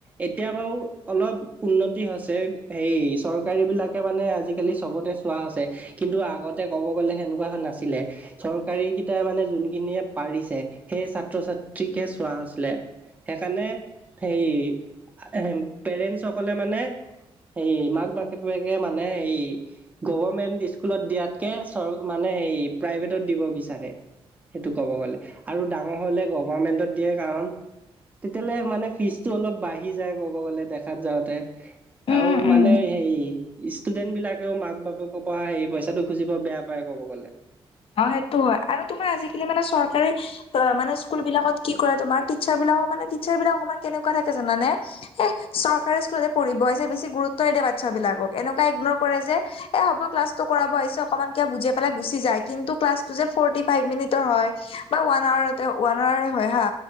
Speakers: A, on the right; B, on the left.
A: এতিয়া বাৰু অলপ উন্নতি হৈছে হে চৰকাৰী বিলাকে মানে আজিকালি চবতে চোৱা হৈছে কিন্তু আগতে ক'ব গ'লে সেনেকুৱা হোৱা নাছিলে। চৰকাৰী কেইটাই মানে যোনখিনিয়ে পাৰিছে সেই ছাত্ৰ ছাত্ৰীকহে চোৱা হৈছে। সেইকাৰণে সেই পেৰেণ্টছসকলে মানে হেৰি মাক বাপকে মানে হেৰি গভমেণ্ট স্কুলত দিয়াতকে চৰ মানে হেৰি প্ৰাইভেটত দিব বিচাৰে সেইটো ক'ব গ'লে আৰু ডাঙৰ হ'লে গভমেণ্টত দিয়ে কাৰণ তেতিয়ালে মানে ফিজটো অলপ বাঢ়ি যায় ক'ব গ'লে দেখাত যাওঁতে
B: উম
A: আৰু মানে
B: উম
A: হেৰি ষ্টুডেণ্ট বিলাকেও মাক বাপেকৰ পৰা হেৰি পইচাটো খুজিব বেয়া পায় ক'ব গ'লে
B: অ সেইটো হয় আৰু তোমাৰ আজিকালি মানে চৰকাৰে অ মানে স্কুল বিলাকত কি কৰে তোমাৰ টিচাৰ বিলাকো মানে টিচাৰ বিলাক অকমান কেনেকুৱা থাকে জানা নে এ চৰকাৰী স্কুলতে পঢ়িব আহিছে বেছি গুৰুত্ব নিদিয়ে বাচ্ছা বিলাকক এনেকুৱা ইগনৰ কৰে যে এ হ'ব ক্লাছটো কৰাব আহিছে অকনমান কিবা বুজাই পেলাই গুচি যায় কিন্তু ক্লাছ যে ফৰ্টি ফাইভ মিনিটৰ হয় বা ওৱান আৰ ওৱান আৱাৰে হয় হা